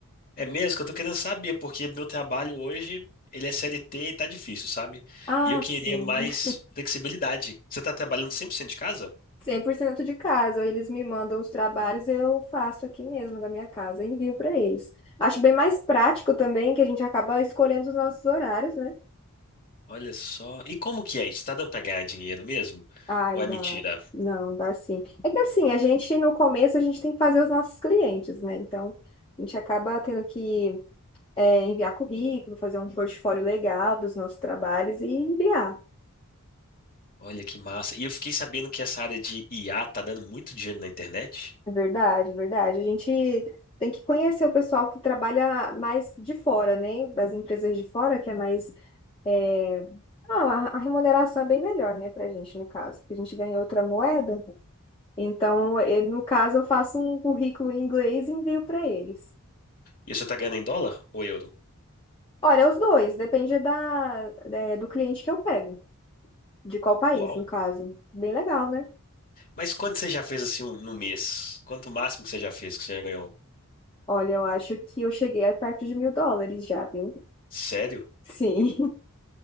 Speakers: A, on the left (about 40°); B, on the left (about 25°).
A: É mesmo que eu tô querendo saber, porque meu trabalho hoje, ele é C L T e tá difícil, sabe?
B: Ah,
A: E eu queria
B: sim.
A: mais
B: <laughs>
A: flexibilidade. Você tá trabalhando 100% de casa?
B: 100% de casa, eles me mandam os trabalhos, eu faço aqui mesmo da minha casa, envio pra eles. Acho bem mais prático também, que a gente acaba escolhendo os nossos horários, né?
A: Olha só. E como que é isso? Tá dando pra ganhar dinheiro mesmo?
B: Ai,
A: Ou é
B: dá.
A: mentira?
B: Não, dá sim. É que assim, a gente no começo a gente tem que fazer os nossos clientes, né? Então, a gente acaba tendo que é, enviar currículo, fazer um portfólio legal dos nossos trabalhos e enviar.
A: Olha que massa. E eu fiquei sabendo que essa área de IA tá dando muito dinheiro na internet.
B: É Verdade, é verdade. A gente tem que conhecer o pessoal que trabalha mais de fora, né? Das empresas de fora, que é mais. é, ah, a a remuneração é bem melhor, né, pra gente, no caso, porque a gente ganha outra moeda. Então, eh, no caso, eu faço um currículo em inglês e envio para eles.
A: E você tá ganhando em dólar ou euro?
B: Olha, os dois, depende da, eh, do cliente que eu pego, de qual país,
A: Uau.
B: no caso. Bem legal, né?
A: Mas quanto você já fez assim um- no mês? Quanto o máximo que você já fez, que você já ganhou?
B: Olha, eu acho que eu cheguei a perto de mil dólares já, viu?
A: Sério?
B: Sim,